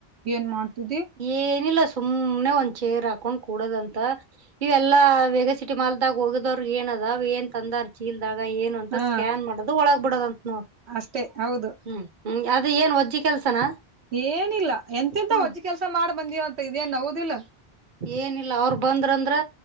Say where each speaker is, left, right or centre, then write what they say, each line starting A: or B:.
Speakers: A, on the right (about 80°); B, on the right (about 50°).
A: ಏನ್ ಮಾಡ್ತಿದ್ದಿ..
B: ಏನಿಲ್ಲ ಸುಮ್ನೆ ಒಂದ್ ಚೇರ್ ಹಾಕೊಂಡ್ ಕುೂಡದಂತ.. ಇವೆಲ್ಲಾ ಬೇಗ ಸಿಟಿ ಮಾಲ್ದಾಗ ಹೋಗಿದವ್ರಿಗೆ ಏನದ ಏನ್ ತಂದಾರ್. ಚೀಲ್ದಾಗ ಏನು ಅಂತ
A: ಹಾ
B: ಸ್ಕ್ಯಾನ್ ಮಾಡದು ಒಳಗ್ ಬಿಡದ ಅಂತ ನೋಡಿ.
A: ಅಷ್ಟೇ ಹೌದು..
B: ಹ್ಮ್ ಹ್ಮ್ ಅದ ಏನ್ ಒಜ್ಜಿ ಕೆಲ್ಸನಾ..
A: ಏನಿಲ್ಲ ಎಂತೆಂತ
B: ಹ್ಮ
A: ವಜ್ಜ ಕೆಲ್ಸ ಮಾಡ್ ಬಂದೀವಂತ ಇದೇನ್ ನೋವುದಿಲ್ಲ.
B: ಏನಿಲ್ಲ ಅವ್ರ ಬಂದ್ರಂದ್ರ.